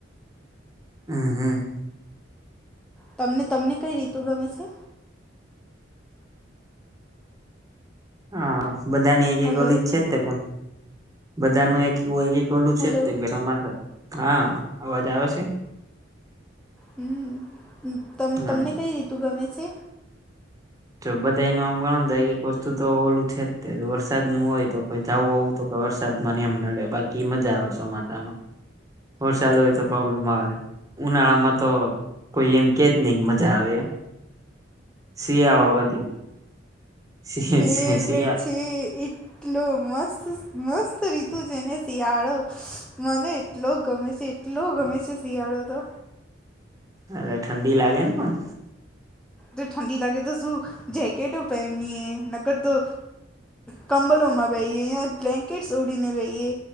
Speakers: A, on the right (about 20°); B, in the centre.
A: હમ્મ-હમ્મ.
B: તમને-તમને કઈ રીતુ ગમે છે?
A: હા, બધાની એક-એક
B: હલો
A: ઓલી જ છે તે પણ. બધા નું એક, એક-એક ઓલું છે
B: હલો
A: તે ચોમાસા. હા. અવાજ આવે છે?
B: હમ્મ. તમ
A: હા
B: તમને કઈ રીતુ ગમે છે?
A: જો બધાય નું આમ ગણો તો એક-એક વસ્તુ તો ઓલું છે જ તે. વરસાદ નું હોય તો કોઈ જવું આવું તો કે વરસાદ માં ને એમ નડે, બાકી મજા આવે ચોમાસામાં. વરસાદો હોય તો પ્રોબ્લેમ આવે. ઉનાળામાં તો કોઈ એમ કેજ નહીં મજા આવે એમ. શિયાળો વધીન, શિ-શિ
B: ફેવરેટ
A: શિયાળ
B: છે એટલો મસ્ત-મસ્ત રીતુ છેને શિયાળો. મને એટલો ગમે છે. એટલો ગમે છે શિયાળો તો.
A: અરે ઠંડી લાગે ને પણ.
B: જો ઠંડી લાગે તો શું જેકેટો પહેનીએ, નકર તો કમબલો માં બેહીએ યા બ્લેન્કેટસ ઓઢીને બહીએ.